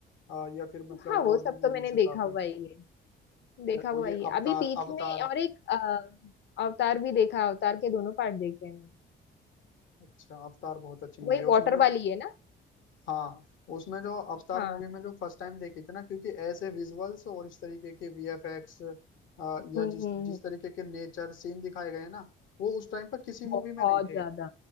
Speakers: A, on the left; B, on the left.
A: अ, या फिर मतलब
B: हाँ, वो
A: और
B: सब
A: भी मूवीज
B: तो मैंने
A: हैं
B: देखा
A: काफी
B: हुआ ही है देखा
A: अ, और
B: हुआ
A: ये
B: ही है
A: अवतार
B: अभी बीच
A: अवतार
B: में और एक अ, अवतार भी देखा अवतार के दोनों पार्ट देखे हैं मैंने
A: अच्छा अवतार बहुत अच्छी
B: वही
A: मूवी है
B: वाटर
A: उसमें जो
B: वाली है ना
A: हाँ उसमें जो अवतार
B: हाँ
A: मूवी में जो फर्स्ट टाइम देखी थी ना क्योंकि ऐसे विजुअल्स और इस तरीके के वीएफएक्स या
B: हम्म हम्म
A: जिस
B: हम्म,
A: जिस तरीके के नेचर सीन दिखाए गए हैं ना वो उस टाइम पर किसी मूवी
B: बहुत
A: में नहीं थे
B: ज्यादा